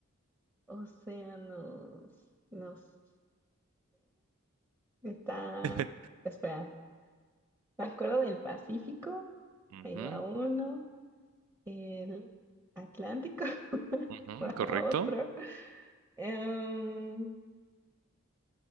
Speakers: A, on the right; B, on the right.
A: océanos, no sé. Está,
B: <laughs>
A: espera, me acuerdo del Pacífico.
B: Ujú,
A: Ahí va uno. El Atlántico. <laughs> ahí
B: ujú,
A: Va
B: ¿correcto?
A: otro. Em,